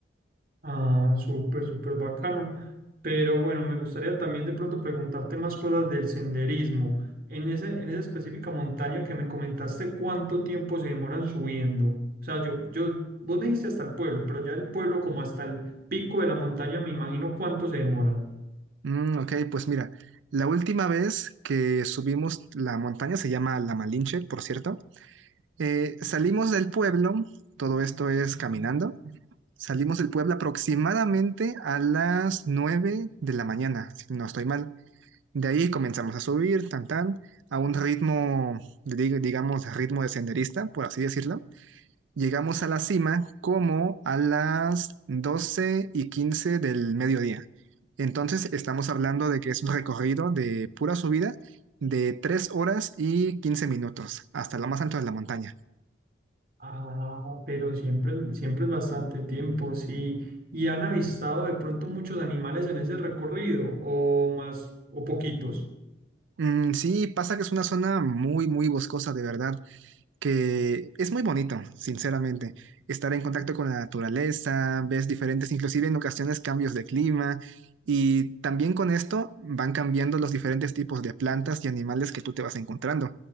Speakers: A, on the right; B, on the right.
A: Ah, súper, súper bacano. Pero bueno, me gustaría también de pronto preguntarte más cosas del senderismo. En ese, en esa específica montaña que me comentaste, ¿cuánto tiempo se demoran subiendo? O sea, yo, yo, vos me dijiste hasta el pueblo, pero ya el pueblo como hasta el pico de la montaña, me imagino cuánto se demoran.
B: Mm, ok, pues mira, la última vez que subimos la montaña, se llama La Malinche, por cierto, eh, salimos del pueblo, todo esto es caminando, salimos del pueblo aproximadamente a las 9 de la mañana, si no estoy mal. De ahí comenzamos a subir, tan tan, a un ritmo, dig- digamos, ritmo de senderista, por así decirlo. Llegamos a la cima como a las 12 y 15 del mediodía. Entonces estamos hablando de que es un recorrido de pura subida de 3 horas y 15 minutos hasta lo más alto de la montaña.
A: Ah, pero siempre, es- siempre es bastante tiempo, sí. ¿Y han avistado de pronto muchos animales en ese recorrido o más o poquitos?
B: Mm, sí, pasa que es una zona muy, muy boscosa, de verdad. que es muy bonito, sinceramente, estar en contacto con la naturaleza, ves diferentes, inclusive en ocasiones cambios de clima, y también con esto van cambiando los diferentes tipos de plantas y animales que tú te vas encontrando,